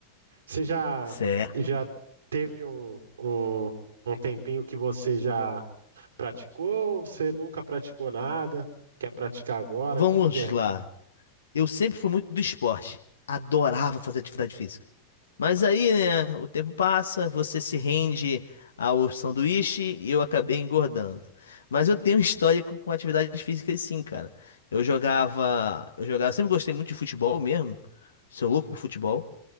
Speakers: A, on the right; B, on the left.
A: Você já,
B: Certo.
A: já teve um, um, um tempinho que você já praticou ou você nunca praticou nada? Quer praticar agora?
B: Vamos
A: Como que é?
B: lá. Eu sempre fui muito do esporte. Adorava fazer atividade física. Mas aí, né, o tempo passa, você se rende ao sanduíche e eu acabei engordando. Mas eu tenho um histórico com atividades físicas sim, cara. Eu jogava, eu jogava, sempre gostei muito de futebol mesmo. Sou louco por futebol.